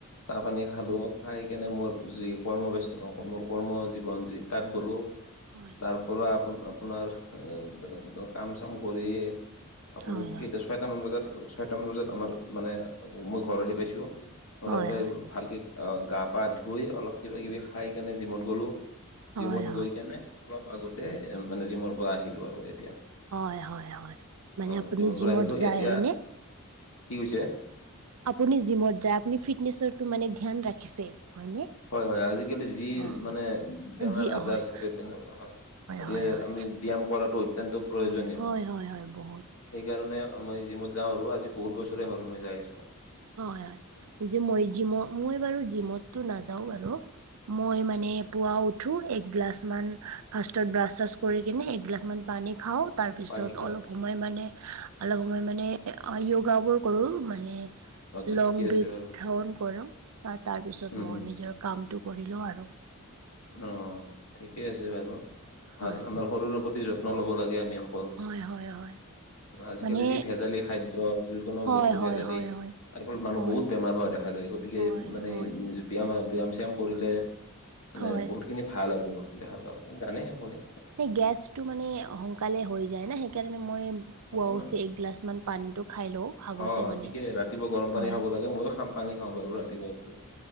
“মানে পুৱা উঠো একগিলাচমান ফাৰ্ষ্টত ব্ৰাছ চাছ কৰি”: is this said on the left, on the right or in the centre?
Right